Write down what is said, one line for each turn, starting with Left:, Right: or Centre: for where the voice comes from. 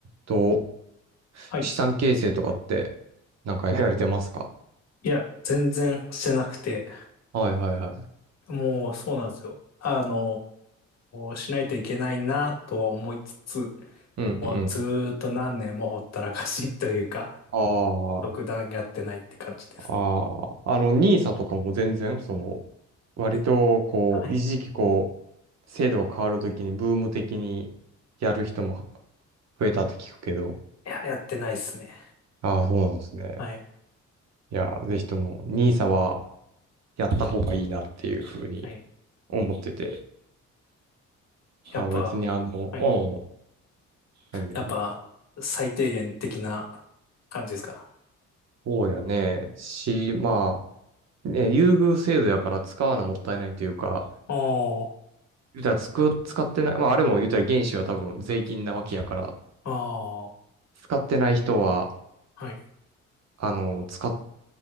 Right: と、
Left: はい。
Right: 資産形成とかって、なんかやられてますか
Left: いや、全然してなくて、
Right: はいはいはい。
Left: もうそうなんですよ。あのーしないといけないなとは思いつつ、
Right: うんうん。
Left: もうずーっと何年もほったらかしというか、
Right: あ
Left: <laughs> 独断やってないって感じですね。
Right: あ、ああ、あの、ニーサとかも全然、その、割と、
Left: い
Right: こう、
Left: はい。
Right: 一時期、
Left: い
Right: こう、制度が変わるときに、ブーム的にやる人も増えたって聞くけど、
Left: や、やってないですね。
Right: ああ、そうなんですね。
Left: はい。
Right: いや、ぜひとも、ニー s はやった方がいいなっていうふうに
Left: はい。
Right: 思ってて、
Left: やっぱ、
Right: ああ、別にあの、
Left: はい。
Right: うん、何々
Left: やっぱ、最低限的な感じですか。
Right: そうやね。し、まあ、ね、優遇制度やから使わなもったいないというか、
Left: ああ、
Right: 言うたらつく、使ってない、まああれも言うたら原資は多分税金なわけやから、
Left: ああ、
Right: 使ってない人は、
Left: はい。
Right: あの、使っ